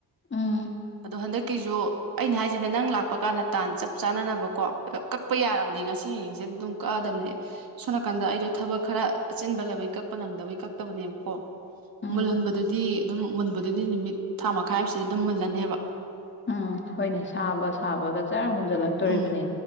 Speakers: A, on the left; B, on the right.
A: ꯎꯝ
B: ꯑꯣ ꯍꯟꯗꯛꯀꯤꯁꯨ ꯑꯩꯅ ꯍꯥꯏꯁꯤꯅꯦ ꯅꯪ ꯂꯥꯛꯄ ꯀꯥꯟꯗ ꯇꯥꯟ ꯆꯞ ꯆꯥꯅꯅꯕꯀꯣ ꯀꯛꯄ ꯌꯥꯔꯕꯅꯦ ꯉꯁꯤ ꯌꯦꯡꯡꯁꯦ ꯑꯗꯨꯝ ꯀꯛꯑꯗꯕꯅꯦ ꯁꯣꯝ ꯅꯥꯀꯟꯗ ꯑꯩꯗꯣ ꯊꯕꯛ ꯈꯔ ꯑꯆꯤꯟꯕ ꯂꯕꯩ ꯀꯛꯄ ꯅꯪꯗꯕꯩ ꯀ ꯆꯠꯇꯕꯅꯦꯕꯀꯣ
A: ꯎꯝ
B: ꯃꯨꯜꯍꯟꯕꯗꯨꯗꯤ ꯑꯗꯨꯝ ꯃꯨꯟꯕꯗꯨꯗꯤ ꯅꯨꯃꯤꯠ ꯊꯥꯃ ꯑꯈꯥꯏꯕꯁꯤꯗꯤ ꯑꯗꯨꯝ ꯃꯨꯜꯂꯅꯦꯕ
A: ꯎꯝ ꯍꯣꯏꯅꯦ ꯁꯥꯕ ꯁꯥꯕꯒ ꯆꯥꯔ ꯂꯛꯇꯣꯅꯤ
B: ꯎꯝ